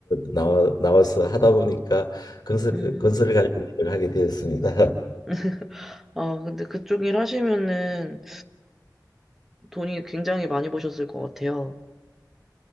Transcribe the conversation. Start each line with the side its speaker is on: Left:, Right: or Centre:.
Left: 나와, 나와서 하다 보니까 건설
Centre: 음.
Left: 건설 관련 일을 하게 되었습니다.
Centre: <laughs> 아, 근데 그쪽 일 하시면은 돈이 굉장히 많이 버셨을 것 같아요.